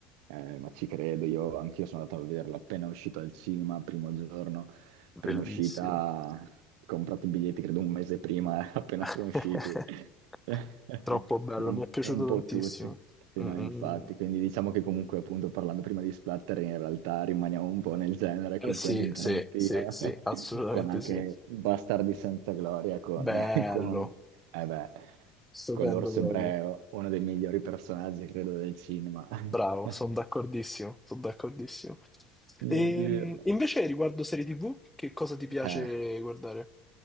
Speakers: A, on the right; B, in the centre.
A: Eh, ma ci credo, io anch'io sono andato a vederlo appena uscito al cinema, primo giorno, prima
B: Bellissimo.
A: uscita, ho comprato i biglietti credo un mese prima, <laughs> eh, appena
B: <laughs>
A: sono usciti, <laughs>
B: Troppo bello,
A: un,
B: mi è piaciuto
A: un po'
B: tantissimo.
A: tutti. Sì,
B: Mm,
A: no,
B: mm,
A: infatti,
B: mm.
A: quindi diciamo che comunque appunto parlando prima di splatter in realtà rimaniamo un po' nel genere
B: Eh
A: con
B: sì,
A: Quentin
B: sì,
A: Tarantino,
B: sì, sì,
A: <laughs>
B: assolutamente
A: con anche
B: sì.
A: Bastardi senza gloria, con,
B: Bello,
A: <laughs> con eh beh,
B: stupendo
A: con l'orso
B: proprio.
A: ebreo, uno dei migliori personaggi, credo, del cinema. <laughs>
B: Bravo, sono d'accordissimo, sono d'accordissimo.
A: Mio
B: E,
A: Dio.
B: invece riguardo serie TV, che cosa ti piace
A: Eh,
B: guardare?